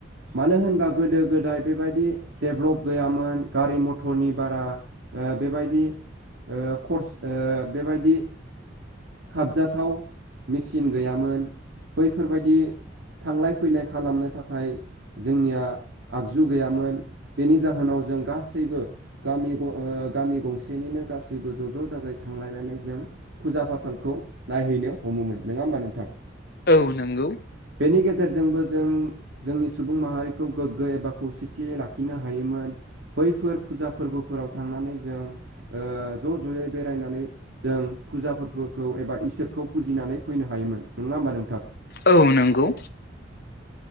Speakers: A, on the right; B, on the left.
A: मानो होनबा गोदो गोदाय बेबायदि डेभ्लप गैयामोन गारि मथरनि बारा ओ बेबायदि ओ कर्स ओ बेबायदि खाबजाथाव मेचिन गैयामोन बैफोरबायदि थांलाय फैलाय खालामनो थाखाय जोंनिया आगजु गैयामोन। बेनि जाहोनाव जों गासैबो गामि ग' ओ गामि गंसेनिनो गासैबो ज' ज' जाजाय थांलायनानै जों फुजा फाथालखौ नायहैनो हमोमोन नङा होमबा नोंथां?
B: औ नंगौ
A: बेनि गेजेरजोंबो जों जोंनि सुबुं माहारिखौ गोग्गो एबा खौसेथियै ला खिनो हायोमोन बैफोर फुजा फोरबोफोराव थांनानै जों ओ ज' जयै बेरायनानै जों फुजा फोरबोखौ एबा इसोरखौ बुजिनानै फैनो हायोमोन नङा होमबा नोंथां?
B: औ नंगौ